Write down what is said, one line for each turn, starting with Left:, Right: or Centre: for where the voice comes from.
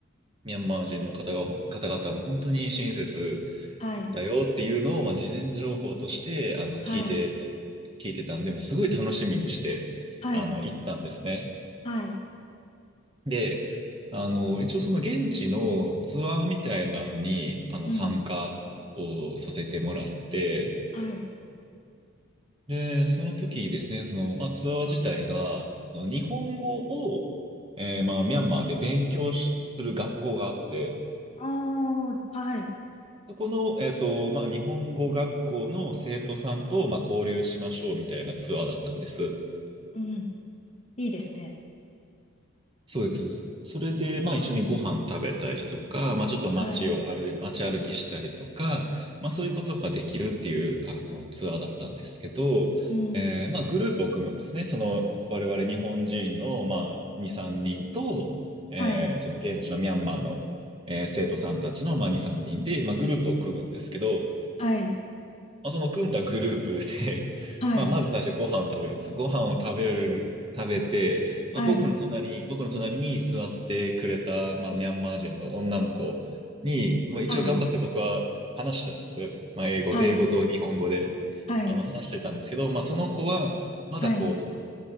Right: ミャンマー人の方が、方々も本当に親切
Left: はい、
Right: だよっていうのを、まあ、事前情報として、あの、聞いてた、
Left: はい、
Right: 聞いてたんで、もうすごい楽しみにして、
Left: はい、
Right: あの、行ったんですね。
Left: はい、
Right: で、あの、一応その現地のツアーみたいなのに、あの、
Left: うん、
Right: 参加をさせてもらって、
Left: はい、
Right: で、その時にですね、その、まあ、ツアー自体が、あの日本語を、えーまあ、ミャンマーで勉強しする学校があって、
Left: ああ、はい、
Right: そこの、えっと、まあ、日本語学校の生徒さんと、まあ、交流しましょうみたいなツアーだったんです。
Left: うん。いいですね。
Right: そうです、そうです。それで、まあ一緒にご飯食べたりとか、まあちょっと街を歩い、
Left: はい、
Right: 街歩きしたりとか、まあそういうことができるっていう、あの、ツアーだったんですけど、
Left: うん、
Right: えーまあグループを組むんですね。その、我々日本人の、まあ2、3人と、えーその現地のミャンマーの、
Left: はい、
Right: えー生徒さんたちの、まあ2、3人で、まあグループを組むんですけど、
Left: はい、
Right: まあ、その組んだグループで、<laughs>
Left: はい、
Right: まあ、まず最初ご飯を食べるんです。ご飯を食べる、食べて、
Left: はい、
Right: まあ、僕の隣、僕の隣に座ってくれた、まあ、ミャンマー人の女の子に、まあ、一応頑張って僕は話してたんです。
Left: はい、
Right: まあ、英語、
Left: はい、
Right: 英語と日本語で、
Left: はい、
Right: あの、話してたんですけど、まあ、その子は、まだこう、
Left: はい、はい、